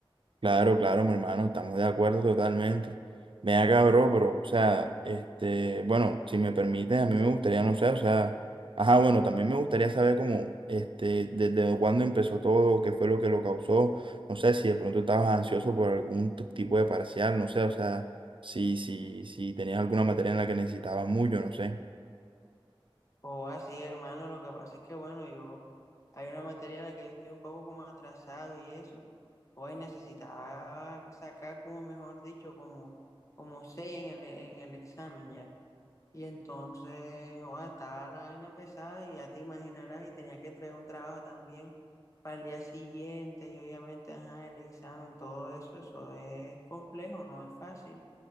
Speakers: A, on the right; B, on the left.
A: Claro, claro, mi hermano, estamos de acuerdo totalmente. Ven acá, bro, pero, o sea, este, bueno, si me permites, a mí me gustaría, no sé, o sea, ajá, bueno, también me gustaría saber cómo, este, desde cuándo empezó todo, qué fue lo que lo causó, no sé, si de pronto estabas ansioso por algún t- tipo de parcial, no sé, o sea, si, si, si tenías alguna materia en la que necesitabas mucho, no sé.
B: O así, hermano, lo que pasa es que, bueno, yo, hay una materia en la que yo estoy un poco como atrasado y eso, hoy necesitaba sacar como, mejor dicho, como, como seis en el, en el examen ya. Y entonces, joda, estaba la vaina pesada y ya te imaginarás, y tenía que entregar un trabajo también para el día siguiente, y obviamente, ajá, el examen, todo eso, eso es complejo, no es fácil.